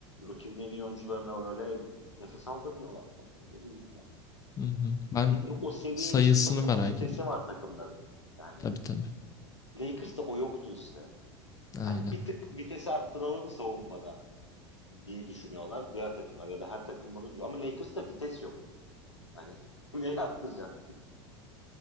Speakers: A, on the left; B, on the left.
A: rakibin en iyi oyuncularına böyle nefes aldırmıyorlar falan. Ne bileyim yani.
B: hı hı. Ben
A: Ya, e, o seviyeye
B: sayısını
A: çıkma kapasitesi
B: merak ediyorum.
A: var takımların. Yani
B: Tabii tabii.
A: Lakers'ta o yoktu işte.
B: Aynen.
A: Yani bir tık vitesi arttıralım savunmada diye düşünüyorlar diğer takımlar ya da her takım bunu diyor. Ama Lakers'ta vites yok. Yani <laughs> neye arttıracaksın?